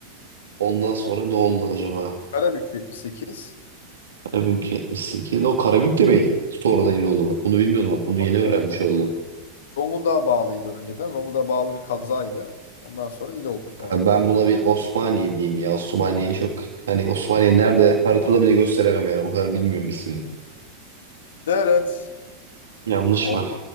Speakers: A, on the right; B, on the left.
A: Ondan sonra ne oldu acaba?
B: Karabük 78.
A: Karabük 78. O Karabük de mi sonradan il oldu bak? Bunu bilmiyordum bak. Bunu
B: Tabii
A: yeni öğrenmiş
B: tabii sonra.
A: oldum.
B: Zonguldak'a bağlıydı önceden. Zonguldak'a bağlı bir kazaydı. Ondan sonra il oldu sonradan.
A: Abi Ben buna bir Osmaniye diyeyim ya. Osmaniye çok hani Osmaniye nerede haritada bile gösteremem yani o kadar bilmiyorum ismini.
B: Deret.
A: Yanlış
B: Ol,
A: mı?